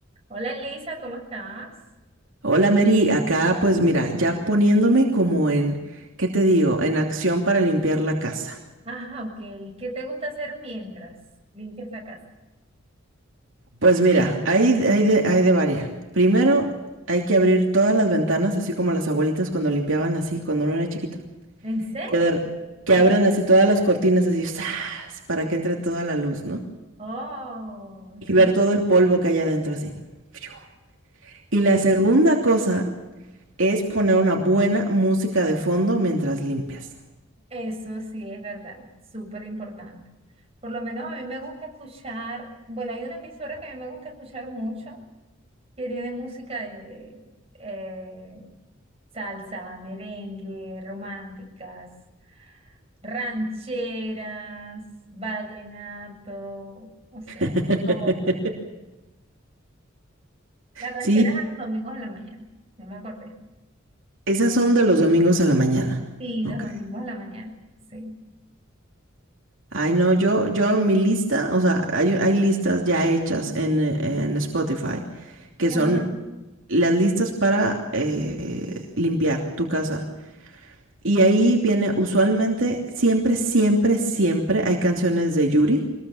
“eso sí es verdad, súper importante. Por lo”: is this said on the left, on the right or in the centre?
Right